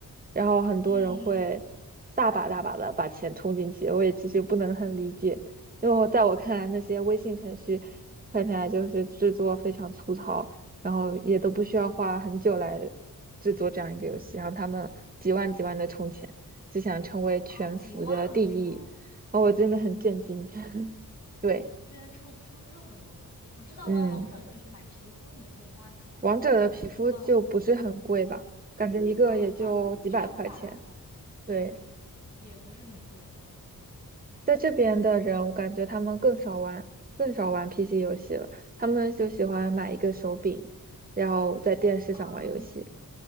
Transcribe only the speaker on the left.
嗯，
啊，几万的充，
居然充充这么多！我知道玩王者就是买皮肤你会花钱，
但是我不知道，
嗯，好像是一两百，好像，
对对，也不是很贵。
啊嗯，